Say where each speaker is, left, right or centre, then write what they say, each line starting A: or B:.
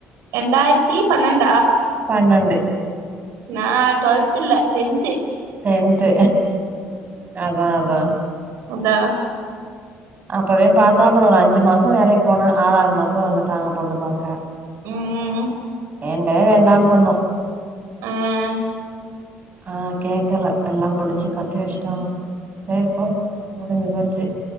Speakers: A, on the right (about 85°); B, on the right (about 35°).
A: ரெண்டாயர்த்தி பன்னெண்
B: பன்னெண்டு
A: நா டுவல்த்து இல்ல டென்த்து
B: டென்த்து அதா அதா
A: அதா
B: அப்பவே பாத்தோ அப்பறோ ஒரு அஞ்சி மாசொ வேலக்கி போன ஆறாவ்து மாசொ வந்துட்டாங்க பொண்ணு பாக்க
A: ம் ம் ம்
B: வேண்டவே வேண்டானு சொன்னோ
A: ம்
B: ஆ கேக்கல எல்லா புடுச்சு கட்டி வச்டாங்க செரிப் போ முடிஞ்சு போச்சு